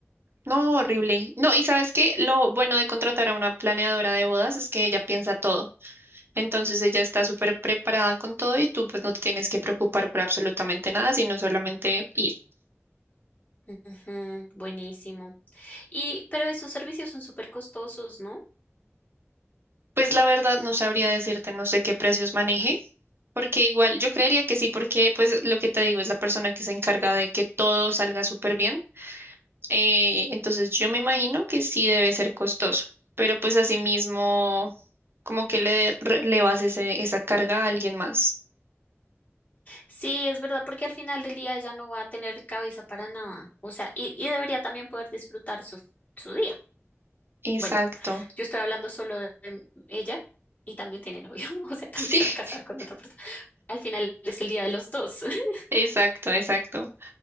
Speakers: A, on the right; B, on the left.
A: No, horrible. No, y sabes qué, lo bueno de contratar a una planeadora de bodas es que ella piensa todo. Entonces ella está súper preparada con todo y tú pues no te tienes que preocupar por absolutamente nada, sino solamente ir.
B: Ujú, buenísimo. Y, pero esos servicios son súper costosos, ¿no?
A: Pues la verdad no sabría decirte, no sé qué precios maneje, Porque igual, yo creería que sí, porque pues lo que te digo es la persona que se encarga de que todo salga súper bien. Eh, entonces yo me imagino que sí debe ser costoso, pero pues asimismo como que le relevas ese, esa carga a alguien más.
B: Sí, es verdad, porque al final del día ya no va a tener cabeza para nada. O sea, y, y debería también poder disfrutar su, su día.
A: Exacto.
B: Bueno, yo estoy hablando solo de de ella y también tiene novio, <laughs> o sea, también
A: Sí,
B: se
A: <laughs>
B: va a casar con otra persona. Al final es el día de los dos. <laughs>
A: exacto, exacto.